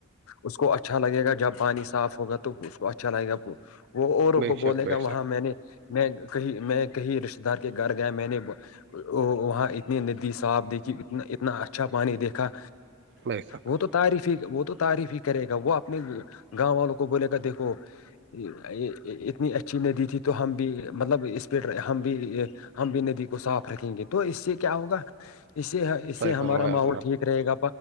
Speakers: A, on the left (about 70°); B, on the right (about 50°).
A: اس کو اچھا لگے گا جب پانی صاف ہوگا تو اس کو اچھا لگےا وہ اوروں
B: بے
A: کو
B: شک
A: بولے
B: بے
A: گا وہاں
B: شک
A: میں نے میں کہیں میں کہیں رشتے دار کے گھر گیا میں نے ا وہاں اتنی ندی صاف دیکھی ا اتنا اچھا پانی دیکھا
B: بے شک
A: وہ تو تعریف ہی وہ تو تعریف ہی کرے گا وہ اپنے گاؤں والوں کو بولے گا دیکھو اتنی اچھی ندی تھی تو ہم بھی مطلب اس پ ہم بھی ہم بھی ندی کو صاف رکھیں گے تو اس سے کیا ہوگا اس سے اس
B: صحیح
A: سے ہمارا
B: فرمایا آپ
A: ماحول
B: نے
A: ٹھیک رہے گا